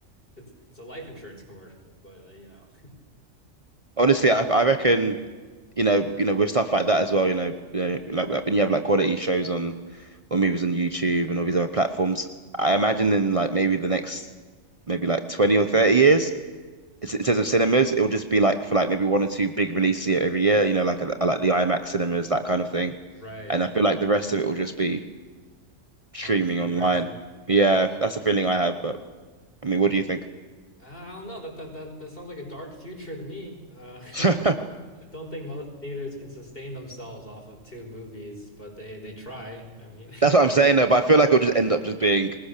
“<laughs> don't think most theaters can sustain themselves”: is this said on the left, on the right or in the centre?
Left